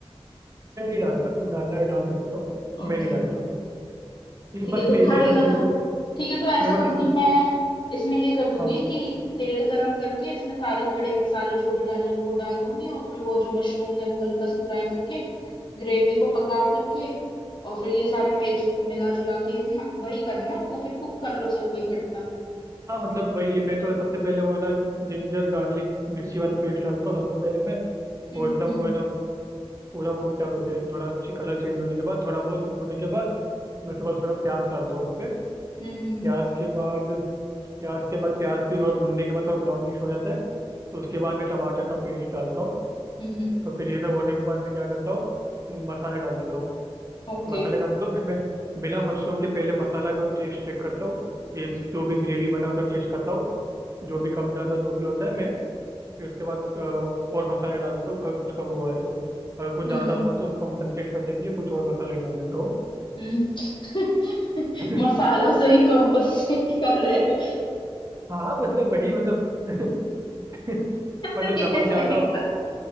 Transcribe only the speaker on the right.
मैं नहीं डालता तुम डालना है डाल सकते हो
मैं नहीं डालता ये
बस
मैं इसी
सब्जी
में
मैं बस
इसी
हाँ
हाँ मतलब वही है मैं तो सबसे पहले वो है ना जिंजर गार्लिक मिर्ची वाला पेस्ट डालता हूँ सबसे पहले मैं
वो एकदम
वो है ना पूरा वो क्या बोलते हैं थोड़ा अच्छी कलर चेंज होने के बाद थोड़ा बहुत होने के बाद मैं उसके बाद थोड़ा प्याज डालता हूँ उस पर
प्याज के बाद प्याज के बाद प्याज भी थोड़ा भुनने के बाद थोड़ा ब्राउनिश हो जाता है तो उसके बाद मैं टमाटर का पेस्ट डालता हूँ
तो फिर ये सब होने के बाद मैं क्या करता हूँ मसाले डाल देता हूँ
मसाले डाल दो फिर मैं बिना मशरूम के पहले मसाला का टेस्ट चेक करता हूँ ये जो भी ग्रेवी बना उसका टेस्ट करता हूँ जो भी कम ज़्यादा जो भी होता है मैं फिर उसके बाद अ, और मसाले डाल देता हूँ अगर कुछ कम हुआ है तो अगर कुछ ज़्यादा
हुआ है तो उसको कंपनसेट करने के लिए कुछ और मसाले डाल देता हूँ
<laughs>
हाँ मतलब वही मतलब <laughs>
मतलब
नमक
ज़्यादा